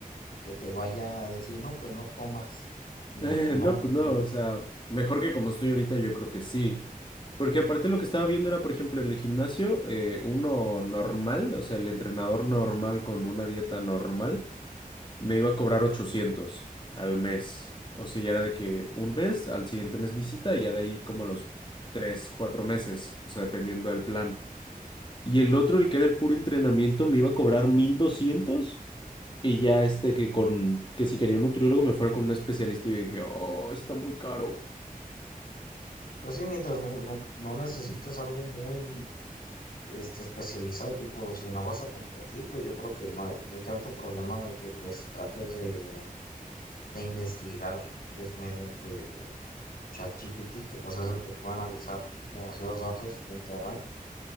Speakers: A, on the left; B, on the left.
A: que te vaya a decir, no, pues no comas.
B: <laughs>
A: Mm, pues, no,
B: no,
A: no
B: pues no,
A: creo.
B: o sea, mejor que como estoy ahorita, yo creo que sí. Porque aparte lo que estaba viendo era, por ejemplo, en el gimnasio, eh, uno normal, o sea, el entrenador normal con una dieta normal me iba a cobrar 800 al mes. O sea, ya era de que un mes, al siguiente mes visita y ya de ahí como a los 3 4 meses, o sea, dependiendo del plan. Y el otro, el que era el puro entrenamiento, me iba a cobrar 1200 y ya este que con que si quería un nutriólogo me fuera con un especialista y yo dije, "Oh, está muy caro."
A: pues sí, mientras no, no, no necesites algo muy este, especializado, tipo, si no vas a competir, pues yo creo que no hay, no hay tanto problema de que pues trates de, de investigar pues mediante ChatGPT, que pues es el que puede analizar demasiados datos de internet.